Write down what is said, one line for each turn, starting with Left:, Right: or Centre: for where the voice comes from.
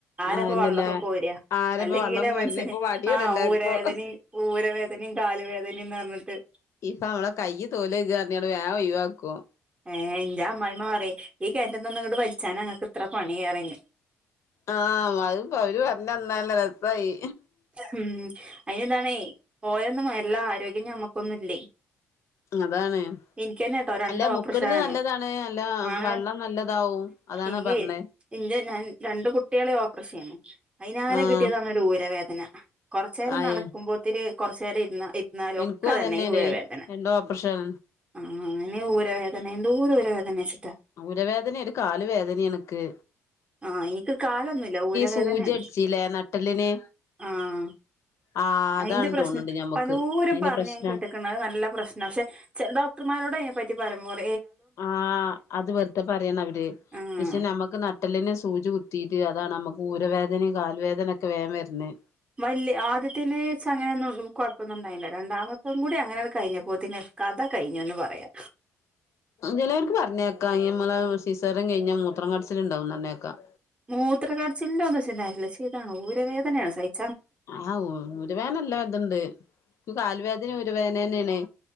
Right: ആരാപ്പം
Left: ആന്നല്ലേ
Right: വെള്ളൊക്കെ കോര
Left: ആരപ്പ
Right: അല്ലെങ്കിലെ
Left: വള്ളം കോരുന്നെ
Right: മന്ഷ്യന്
Left: ഇപ്പൊ മടിയാണ്
Right: ആ
Left: എല്ലാർക്കും
Right: ഊരവേദനിം ഊരവേ വേദനയും കാല വേദനയും ന്നറ്ഞ്ഞിട്ട്
Left: ഇപ്പൊ നമ്മള കൈയ തോലോകാ പറഞ്ഞട്ട വേഗം ഒഴിവാക്കും
Right: ഏ ന്റെ അമ്മായിമ്മ പറയും ഈ കെൺറ്റിന്നൊന്ന് ഇങ്ങട്ട് വലിച്ചാന ഇങ്ങക്ക് ഇത്ര പണിറയും
Left: ആഹ് മ് അത്പ്പോ അവര് പറഞ്ഞന്നാൽ രസായി
Right: ഉം അയിന് ഇതാണേ ഓലൊന്നും നല്ല ആരോഗ്യം ഞമ്മക്കൊന്നുംല്ലേ
Left: അതാണ്
Right: എനിക്കന്നെട്ടോ രണ്ട്
Left: അല്ലമുക്കു
Right: ഓപ്പറേഷൻ
Left: ക്ണത്
Right: ആയിരുന്നു
Left: നല്ലതാണ് നല്ല
Right: ആണ്
Left: വെള്ളം നല്ലതാവും അതാണ്
Right: എനിക്ക്
Left: പറഞ്ഞെ
Right: എന്റെ ഞാൻ രണ്ട് കുട്ടികളെ ഓപ്പറേഷയ്നു അയ്നാലെ
Left: ആഹ്
Right: കിട്ടിയേതാണ് ഒരു ഊര വേദന കൊറച്ച്നേരം
Left: ആയ
Right: നടക്കുമ്പോത്തിരി കുറച്ച്നേരം ഇരുന്ന ഇരുന്നാലൊക്കെതന്നെ
Left: ഇൻക്കും അതന്നെയാണ്
Right: ഈ ഊരവേദന
Left: രണ്ടും ഓപ്പറേഷൻ
Right: അ ആ അയ്ന് ഊരവേദന എന്തോര ഊരവേദനെച്ച
Left: ഊരവേദന ഒരു കാൽവേദന എനിക്ക്
Right: ആഹ് എനിക്ക് കാലൊന്നുംല്ല ഊരവേദനേണ്
Left: സൂചി അടിച്ചില്ലേ നട്ടലിന്
Right: ആഹ്
Left: ആഹ്
Right: അയിന്റെ
Left: അതാണ്
Right: പ്രശ്നം
Left: തോന്ന്ണ്ട് ഞമ്മക്ക്
Right: പലോരും
Left: അയിന്റെ
Right: പറഞ്ഞത്
Left: പ്രശ്ന
Right: ഞാന്‍ കേട്ട്ക്ക്ണ് നല്ല പ്രശ്നാ പക്ഷെ ചെ ഡോക്ടർമാർ രോടയ്നെപറ്റി പറിമ്പപറിം
Left: ആഹ് അത് വെറുതെ പറയാണ് അവർ
Right: ആ
Left: പക്ഷെ നമ്മക്ക് ന നട്ടെല്ലിന് സൂചി കുത്തിയിട്ട് അതാണ് നമുക്ക് ഊരവേദനയും കാൽ വേദനയൊക്കെ വേഗം വരുന്നത്
Right: വല്യ ആദ്യത്തിന് ഇച്ച് അങ്ങനൊന്നും കൊഴപ്പൊന്നുണ്ടായില്ല രണ്ടാമത്തും കൂടി അങ്ങനെങ്ങട്ട് കഴിഞ്ഞപ്പോത്തിന് കഥ കഴിഞ്ഞുന്ന് പറയാ
Left: ചിലവർക്ക് പറഞ്ഞേക്കാം നമ്മള് സിസേറിയന് കഴഞ്ഞാ മൂത്രം കടിച്ചിലുണ്ടാവുംന്ന് പറ്ഞ്ഞേക്കാം
Right: മൂത്രകടിച്ചിലിന്റെ ഒന്നും ഇച്ച് ഇണ്ടായില്ല ഇച്ച് ഇതാണ് ഊരവേദനയാണ് സഹിക്കാ
Left: ആഹ് ഊരവേദന നല്ല ത്ണ്ട് ന്ക്ക് കൽ വേദന ഊരവേദന തന്നെയാണ്